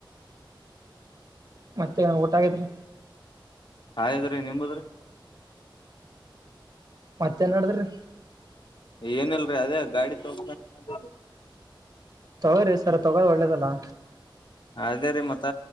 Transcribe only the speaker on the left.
ಆಗ್ಯದ್ರಿ, ನಿಮ್ಮದ್ರಿ
ಏನಲ್ರರಿ ಅದೇ ಗಾಡಿ ತಗೋ ಬೇಕಂತ
ಅದೇ ರೀ ಮತ್ತ